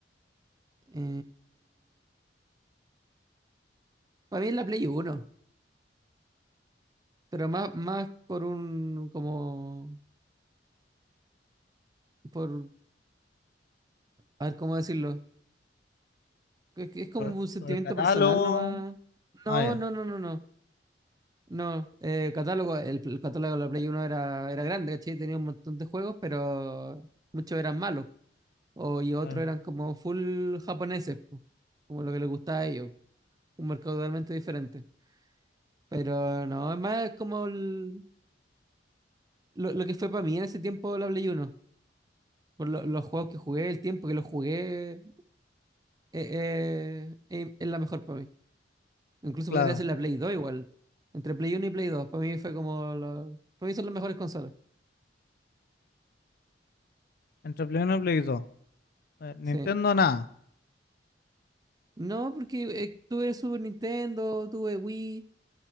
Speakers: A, on the right; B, on the left.
A: Eh, para mí es la Play uno pero más, más por un, como, por, a ver cómo decirlo, Es, que es como
B: ¿Por,
A: un sentimiento
B: por el catálogo?
A: personal nomás.
B: Ah,
A: No,
B: ya,
A: no, no, no, no. No, eh, catálogo, el, el catálogo de la Play uno era, era grande, ¿cachai? Tenía un montón de juegos, pero muchos eran malos. O, y otros
B: claro.
A: eran como full japoneses, po, como lo que les gustaba a ellos. Un mercado totalmente diferente. Pero no, es más es como el- lo, lo que fue para mí en ese tiempo la Play uno Por lo- los juegos que jugué, el tiempo que los jugué, eh, eh, es es la mejor para mí. Incluso
B: Claro.
A: podría ser la Play 2 igual. Entre Play 1 y Play 2, para mí fue como la- para mí son las mejores consolas.
B: Entre Play 1 y Play 2. Eh, Nintendo
A: Sí.
B: nada.
A: No, porque eh, tuve Super Nintendo, tuve Wii,